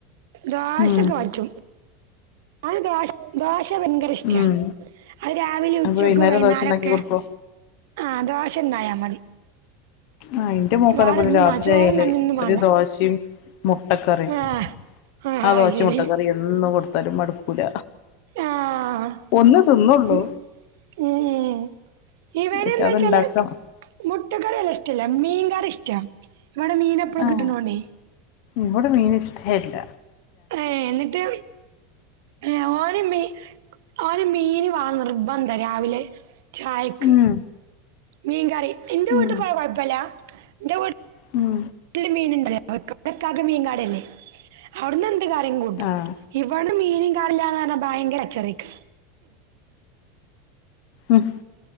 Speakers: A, on the right; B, on the left.
A: ദോശഒക്കെ
B: ഉം
A: പറ്റും അവന് ദോശ ദോശ വെന്ത് ഇഷ്ട
B: ഉം
A: അ രാവിലെ
B: അപ്പൊ
A: ഉച്ചക്ക്
B: വൈന്നേരം
A: വൈകുന്നേരൊക്കെ
B: ദോശ ഇണ്ടാക്കി കൊടുക്കോ
A: ആഹ് ദോശ ഉണ്ടായാൽ മതി
B: ആഹ് ഇന്റെ മോക്കാ
A: വേറെന്നും
B: അതേപോലെ രാത്രിയായാല്
A: വാ ചോറും കഞ്ഞിയൊന്നും
B: ഒരു
A: വാണ്ട
B: ദോശയും മുട്ടക്കറിയും
A: ആഹ് ആഹ്
B: ആ
A: അത്
B: ദോശയും
A: ശെരി
B: മുട്ടക്കറിയും എന്ന് കൊടുത്താലും മടുക്കൂല
A: ആഹ്
B: ഒന്ന് തിന്നൊള്ളൂ
A: ഉം ഉം ഏഹ് ഇവന്
B: പക്ഷെ
A: എന്താ
B: അത്ണ്ടാക്കണം
A: വെച്ചാൽ മുട്ടക്കറിയല്ല ഇഷ്ടല്ല മീൻകറി ഇഷ്ട ഇവിടെ മീന് എപ്പഴും
B: ആഹ്
A: കിട്ടണോണ്ടേ
B: ഇവിടെ മീൻ ഇഷ്ടല്ല
A: ഏഹ് എന്നിട്ട് ഏഹ് ഓന് മീ ഓന് മീന് വാണം നിർബന്ധ രാവിലെ ചായക്ക്
B: ഉം
A: മീൻകറി എന്റെ വീട്ട്
B: ഉം
A: പോവാ കൊഴപ്പില്ല എന്റെ വീ-
B: ഉം
A: രണ്ട് മീൻ ഉണ്ടായ <unintelligible> മീൻ കാടല്ലേ അവിടുന്ന് എന്ത് കാര്യം കൂട്ടും
B: ആഹ്
A: ഇവിടെ മീനും കാടി <unintelligible> ല്ലാന്ന് പറഞ്ഞാ ഭയങ്കര കച്ചറക്ക
B: ഉം